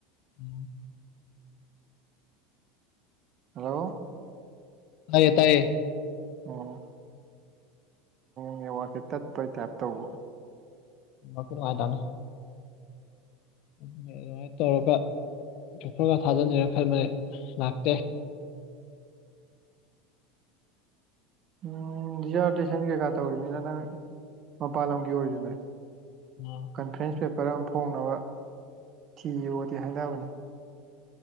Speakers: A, on the left; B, on the right.
A: ꯎꯝ
B: ꯍꯜꯂꯣ
A: ꯇꯌꯦ ꯇꯥꯏꯌꯦ
B: ꯑꯣ ꯅꯦꯋꯥꯛꯁꯦ ꯇꯠꯄꯩ ꯇꯥꯏꯞ ꯇꯧꯕ
A: ꯃꯀꯔꯗꯅ ꯑꯗꯨꯅꯦ ꯑꯗꯨꯃꯥꯏꯅ ꯇꯧꯔꯒ ꯆꯊꯒ ꯊꯥꯖꯤꯟꯒꯦꯅ ꯈꯟꯕꯅꯦ ꯂꯥꯛꯇꯦ
B: ꯎꯝ ꯔꯤꯖꯥꯔꯇꯦꯁꯟ ꯀꯩꯀꯥ ꯇꯧꯔꯤꯃꯤꯅ ꯅꯪ ꯃꯄꯥꯟ ꯂꯝꯒꯤ ꯑꯣꯏꯁꯨꯅꯦ
A: ꯎꯝ
B: ꯀꯟꯐ꯭ꯔꯦꯟꯁ ꯄꯦꯄꯔ ꯑꯃ ꯐꯣꯡꯅꯕ ꯊꯤꯌꯣꯗꯤ ꯍꯥꯏꯅꯕꯅꯤ